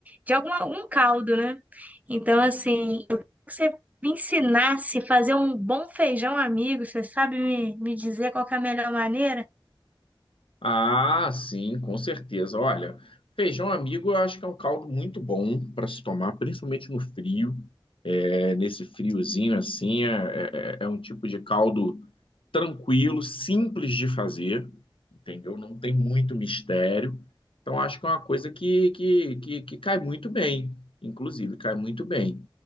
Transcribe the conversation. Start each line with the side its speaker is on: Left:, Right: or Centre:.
Right: de algum um caldo, né? Então, assim, eu queria que você me ensinasse a fazer um bom feijão amigo. Você sabe me, me dizer qual que é a melhor maneira?
Left: Ah, sim, com certeza. Olha, feijão amigo eu acho que é um caldo muito bom para se tomar, principalmente no frio. é, nesse friozinho assim, é, é é um tipo de caldo tranquilo, simples de fazer, entendeu? Não tem muito mistério. Então, acho que é uma coisa que, que, que, que cai muito bem, inclusive, cai muito bem.